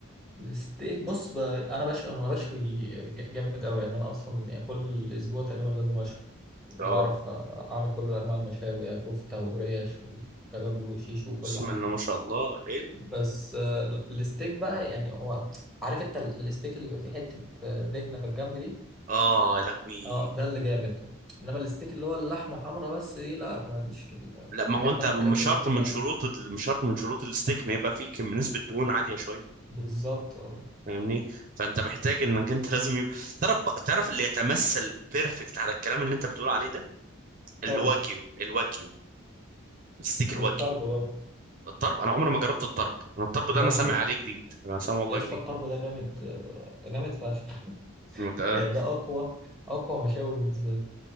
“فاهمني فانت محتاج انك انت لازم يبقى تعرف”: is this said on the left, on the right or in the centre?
Right